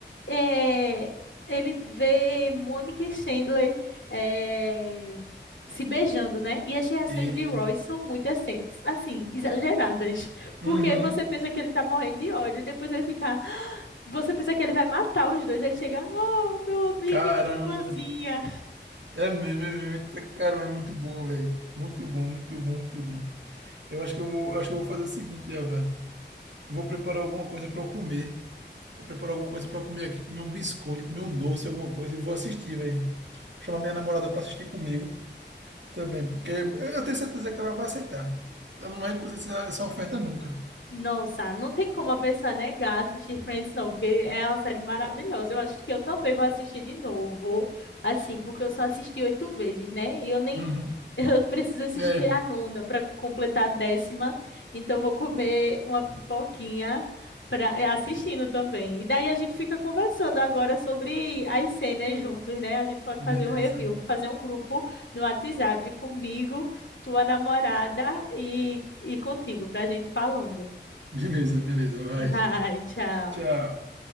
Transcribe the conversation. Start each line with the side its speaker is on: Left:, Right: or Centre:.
Left: é, Ele vê Mônica e Chandler é, se beijando, né? E as reações
Right: E
Left: de Royce são muito assim, assim, exageradas. Porque
Right: Uhum.
Left: você pensa que ele tá morrendo de ódio. e Depois ele fica. Você pensa que ele vai matar os dois, ele chega, ah, meu amigo
Right: Caramba.
Left: e minha irmãzinha.
Right: É mesmo, é mesmo. Eita, Caramba, é muito bom, velho. Muito bom, muito bom, muito bom. Eu acho que eu vou, acho que eu vou fazer o seguinte, Eva. Vou preparar alguma coisa para eu comer. Vou preparar alguma coisa para eu comer aqui, comer um biscoito, comer um doce, alguma coisa e vou assistir, velho. Chamar minha namorada para assistir comigo. Também, porque eu tenho certeza que ela vai aceitar. Ela não vai recusar essa, essa oferta nunca.
Left: Nossa, não tem como a pessoa negar assistir Friends, não, porque é uma série maravilhosa. Eu acho que eu também vou assistir de novo, assim, porque eu só assisti oito vezes, né? E eu nem.
Right: Uhum.
Left: <laughs> Eu preciso assistir
Right: É,
Left: a nona para completar a décima, então eu vou comer uma pipoquinha pra, é, assistindo também. E daí a gente fica conversando agora sobre as cenas juntos, né? A gente pode
Right: beleza.
Left: fazer um review. Vou fazer um grupo no WhatsApp comigo, tua namorada e, e contigo, para a gente falando.
Right: Beleza, beleza, vai.
Left: Vai, tchau.
Right: Tchau.